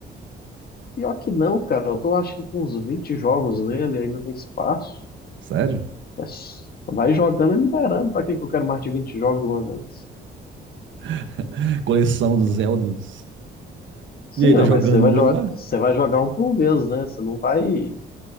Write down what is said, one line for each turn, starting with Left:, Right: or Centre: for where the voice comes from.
Left: Pior que não, cara. Eu tô acho que com uns 20 jogos nele, ainda tem espaço.
Right: Sério?
Left: É s- Vai jogando e liberando. Pra que que eu quero mais de 20 jogos de uma vez?
Right: <laughs> Coleção dos Zeldas.
Left: Sim,
Right: E aí,
Left: não,
Right: tá jogando
Left: mas você vai,
Right: muito
Left: jo-
Right: lá?
Left: você vai jogar um por vez, né? Você não vai.